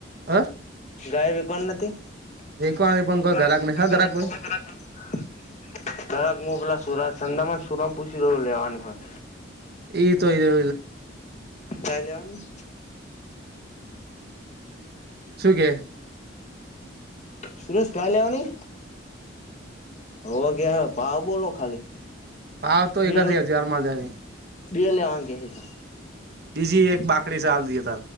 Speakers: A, on the right (about 55°); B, on the left (about 40°).
A: હ
B: ગાાય બેકર નથીથી
A: એક પણ કોઈ ગરાક
B: <unintelligible>
A: નહી હ ગરાક કોઈ
B: કરાક હું પેલા સુરાત ચંદામાં સુરમ પૂછી લેવાની હોય
A: એ તોઈ
B: ચા લેવાની
A: શું કેે
B: સુરેશ ચા લેવાની હોવ કે હે ભાવ બોલો ખાલી
A: ભાવ તો
B: બે
A: એકત્રીસ હજાર માલજાની
B: બે લેવા કે હે તો
A: બીજી એક બાકડી સાલ દ ત